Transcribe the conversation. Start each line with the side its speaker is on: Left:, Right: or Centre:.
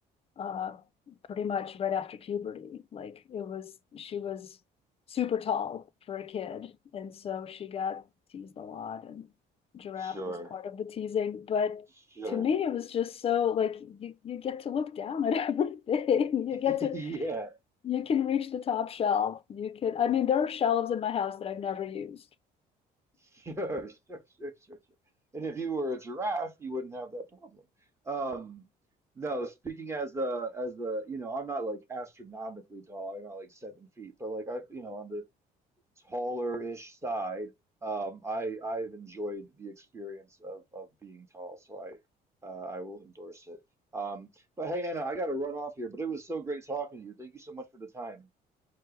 Left: uh, pretty much right after puberty. Like it was, she was super tall for a kid. And so she got teased a lot and giraffe
Right: sure,
Left: was part of the teasing. But
Right: sure,
Left: to me, it was just so like you, you get to look down at everything. <laughs> you
Right: <laughs>
Left: get to,
Right: yeah.
Left: you can reach the top shelf. You can, I mean, there are shelves in my house that I've never used.
Right: Sure, <laughs> sure, sure, sure, sure. And if you were a giraffe, you wouldn't have that problem. Um, no, speaking as the as the you know, I'm not like astronomically tall. I'm not like seven feet, but like I, you know, on the taller-ish side, um, I I've enjoyed the experience of of being tall, so I uh, I will endorse it. Um, but hey, Anna, I got to run off here, but it was so great talking to you. Thank you so much for the time.